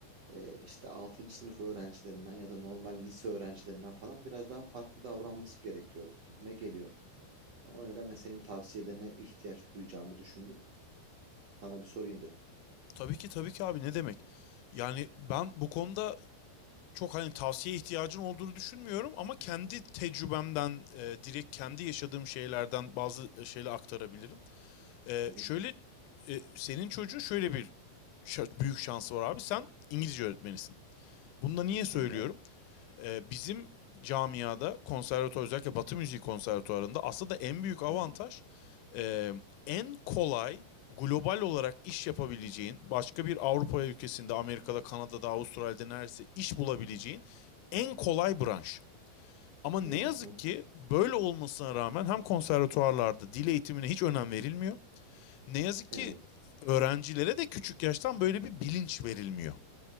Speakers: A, on the right; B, on the left.
A: e, işte altıncı sınıf öğrencilerinden ya da normal lise öğrencilerinden falan biraz daha farklı davranması gerekiyor gibime geliyor. O nedenle senin tavsiyelerine ihtiyaç duyacağımı düşündüm. Sana bir sorayım dedim.
B: Tabii ki tabii ki abi ne demek? Yani ben bu konuda çok hani tavsiye ihtiyacın olduğunu düşünmüyorum ama kendi tecrübemden e, direkt kendi yaşadığım şeylerden bazı e, şeyler aktarabilirim. E,
A: Hı hı.
B: şöyle e, senin çocuğun şöyle bir şa- büyük şansı var abi. Sen İngilizce öğretmenisin. Bunu da niye söylüyorum?
A: Eyvallah.
B: Ee, bizim camiada konservatuar özellikle Batı müziği konservatuarında aslında en büyük avantaj
A: Hı hı.
B: e, en kolay global olarak iş yapabileceğin başka bir Avrupa ülkesinde Amerika'da Kanada'da Avustralya'da neredeyse iş bulabileceğin en kolay branş. Ama ne
A: Hı
B: yazık
A: hı.
B: ki böyle olmasına rağmen hem konservatuarlarda dil eğitimine hiç önem verilmiyor. Ne yazık
A: Evet.
B: ki öğrencilere de küçük yaştan böyle bir bilinç verilmiyor.